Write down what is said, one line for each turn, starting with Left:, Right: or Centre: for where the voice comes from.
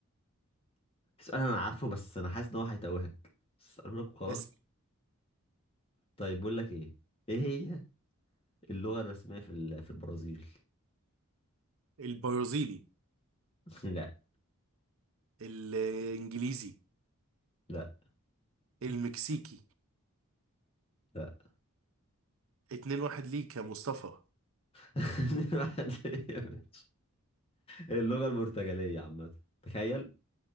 Left: سؤال انا عارفه بس انا حاسس ان هو هيتوهك بس اساله لك وخلاص
Right: اسأل
Left: طيب بقول لك ايه ايه هي اللغة الرسمية في ال- في البرازيل
Right: البرازيلي
Left: <laughs> لا
Right: الانجليزي
Left: لا
Right: المكسيكي
Left: لا
Right: اتنين واحد ليك يا مصطفى
Left: <laughs> اللغة البرتغالية عامة تخيل